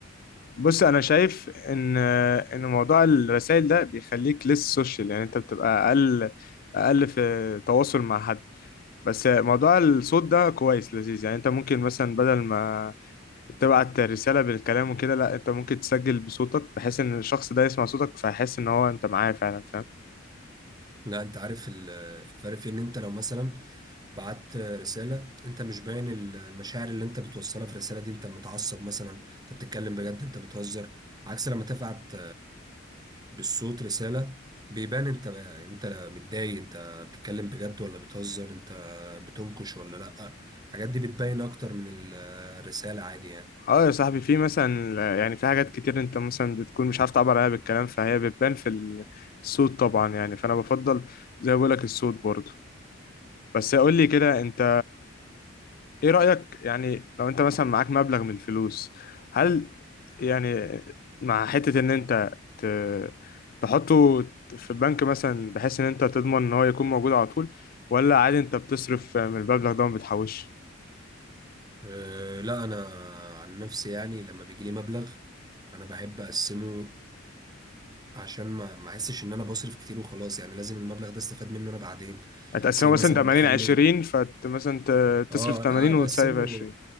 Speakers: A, on the left; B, on the right.
A: بص انا شايف ان ان موضوع الرسائل ده بيخليك لسه سوشيال يعني انت بتبقى اقل اقل في تواصل مع حد بس موضوع الصوت ده كويس لذيذ يعني انت ممكن مثلا بدل ما تبعت رسالة بالكلام وكده لا انت ممكن تسجل بصوتك بحيث ان الشخص ده يسمع صوتك فيحس ان هو انت معاه فعلا فاهم
B: لا انت عارف ال- الفرق في ان انت لو مثلا بعت رسالة انت مش باين ال- المشاعر اللي انت بتوصلها في الرسالة دي انت متعصب مثلا انت بتتكلم بجد انت بتهزر عكس لما تبعت بالصوت رسالة بيبان انت انت متضايق انت بتتكلم بجد ولا بتهزر انت بتنكش ولا لأ الحاجات دي بتبين اكتر من ال- الرسالة عادي يعني
A: اه يا صاحبي في مثلا يعني في حاجات كتير انت مثلا بتكون مش عارف تعبر عنها بالكلام فهي بتبان في الصوت طبعا يعني فانا بفضل زي ما بقولك الصوت برضه بس قول لي كده انت ايه رأيك يعني لو انت مثلا معاك مبلغ من الفلوس هل يعني مع حتة ان انت ت- تحطه في البنك مثلا بحيث ان انت تضمن ان هو يكون موجود على طول ولا عادي انت بتصرف من المبلغ ده وما بتحوش
B: أه لا انا عن نفسي يعني لما بيجيلي مبلغ انا بحب اقسمه عشان ما ما احسش ان انا بصرف كتير وخلاص يعني لازم المبلغ ده استفاد منه انا بعدين
A: هتقسمه
B: زي
A: مثلا
B: مثلا
A: 80
B: دخل
A: 20
B: لي
A: فت مثلا ت- تصرف
B: اه
A: 80
B: لا انا بقسمه
A: وتسيب 20